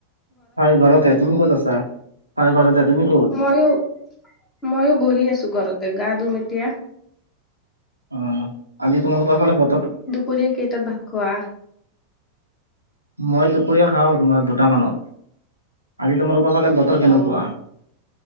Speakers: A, on the right; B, on the left.
A: হয় ঘৰতে, তুমি ক'ত আছা? হয় ঘৰতে। তুমি ক'ত
B: ময়ো, ময়ো বহি আছো। ঘৰতে, গা ধুম এতিয়া।
A: অ' আজি তোমালোকৰ ফালে ব
B: দুপৰীয়া কেইটাত ভাত খোৱা?
A: মই দুপৰীয়া খাওঁ তোমাৰ দুটামানত আজি তোমালোক ফালে বতৰ কেনেকুৱা
B: অ',